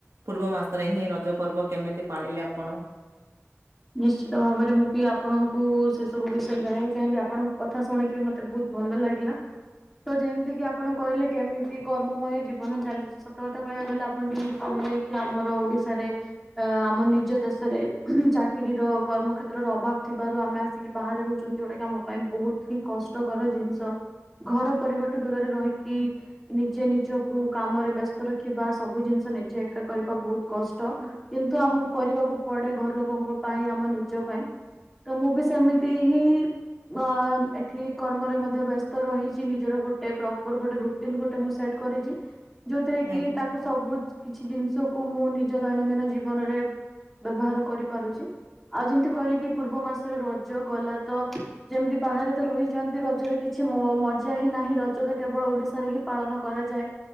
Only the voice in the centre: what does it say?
ନିଶ୍ଚିତ ଭାବରେ ମୁଁ ବି ଆପଣଙ୍କୁ ସେ ସବୁ ବିଷୟରେ ଜଣେଇକୁ ଚାହିଁବି ଆପଣଙ୍କ କଥା ଶୁଣିକିରି ମତେ ବହୁତ ଭଲ ଲାଗିଲା ତ ଯେମିତି କିି ଆପଣ କହିଲେ କେମିତି କର୍ମମୟ ଜୀବନ ଚାଲିଛି ସତ କଥା କହିବାକୁ ଗଲେ ଆପଣ ଯେମିତି କହି କି ଆମର ଓଡିଶାରେ ଅ ଆମ ନିଜ ଦେଶରେ ଚା ଚାକିରି ର କର୍ମ କେତ୍ରର ଅଭାବ ଥିବାରୁ ଆମେ ଆସିକି ବାହାରେ ରହୁଛନ୍ତି ଯଉଟା କିି ଆମ ପାଇଁ ବହୁତ ହି କଷ୍ଟକର ଜିନିଷ ଘର ପରିବାର ଠୁ ଦୂରରେ ରହିକି ନିଜେ ନିଜକୁ କାମରେ ବ୍ୟସ୍ତ ରଖିବା ସବୁ ଜିନିଷ ନିଜେ ଏକା କରିବା ବହୁତ କଷ୍ଟ କିନ୍ତୁ ଆମକୁ କରିବାକୁ ପଡେ ଘର ଲୋକଙ୍କ ପାଇଁ ଆମ ନିଜ ପାଇଁ ତ ମୁଁ ବି ସେମିତି ହିଁ ପା ନାଁ ଏଠି କର୍ମରେ ମଧ୍ୟ ବ୍ୟସ୍ତ ରହିଚି ନିଜର ଗୋଟେ ପ୍ରପର ଗୋଟେ ରୁଟିନ ଗୋଟେ ମୁ ସେଟ କରିଚି ଯୋଉଥିରେ କି
ତାକୁ ସବୁ କିଛି ଜିନିଷକୁ ମୁଁ ନିଜ ଦୈନନ୍ଦିନ ଜୀବନରେ ବ୍ୟବହାର କରିପାରୁଚି ଆଉ ଯେମିତି କହିଲେ କି ପୂର୍ବ ମାସରେ ରଜ ଗଲା ତ ଯେମିତି ବାହାରେ ତ ରହିଚନ୍ତି ରଜରେ କିଛି ମୋ--ମଜା ହିଁ ନାହିଁ ରଜ ରେ କେବଳ ଓଡିଶାରେ ହିଁ ପାଳନ କରାଯାଏ।